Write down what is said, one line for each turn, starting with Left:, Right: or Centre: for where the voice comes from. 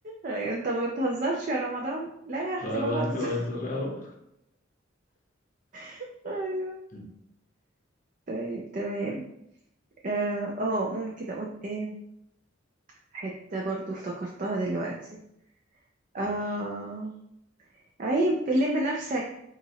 Right: أيوة انت ما بتهزرش يا رمضان لا يا اختي
Left: ما
Right: بهزر
Left: ما تهزر اهو
Right: <laughs> ايوه
Left: <laughs>
Right: طيب تمام اه آه، ممكن اقول ايه حتة برضو افتكرتها دلوقتي آه
Left: ماشي
Right: عيب لم نفسك